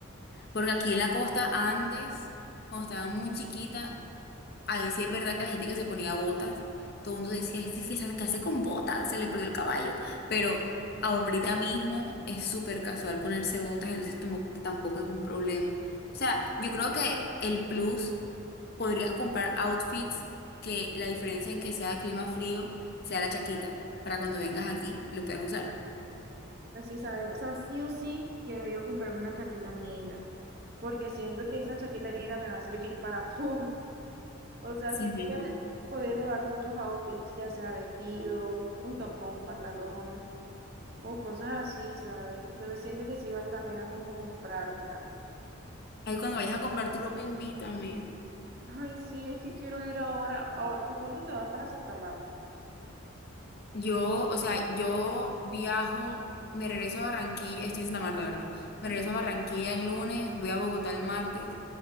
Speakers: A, on the left; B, on the right.
A: Porque aquí en la costa antes, cuando estaba muy chiquita, Ahí sí es verdad que la gente que se ponía botas, todo el mundo decía, este es que se hace con botas, se le perdió el caballo. Pero ahorita mismo es súper casual ponerse botas, entonces tomo- tampoco es un problema. O sea, yo creo que el plus podrías comprar outfits que la diferencia en que sea clima frío sea la chaquita, para cuando vengas aquí lo puedas usar.
B: Así sabes. O sea, sí o sí quiero yo comprarme una chaqueta negra. Porque siento que esa chaqueta negra me va a servir para todo. <laughs> O sea,
A: Sí,
B: siento
A: sí,
B: que
A: sí.
B: puedo elevar muchos outfits, ya sea vestido, un top con un pantalón. o cosas así, ¿sabes? Entonces siento que sí vale la pena como comprármela.
A: Ahí cuando vayas a comprar tu ropa, invítame.
B: <laughs> Ay, sí, es que quiero ir ahora. Ah, ¿tú cuándo te vas para Santa Marta?
A: Yo, o sea, yo viajo, me regreso a Barranquilla, estoy en Santa Marta, ¿verdad? Me
B: Ajá.
A: regreso a Barranquilla el lunes, voy a Bogotá el martes,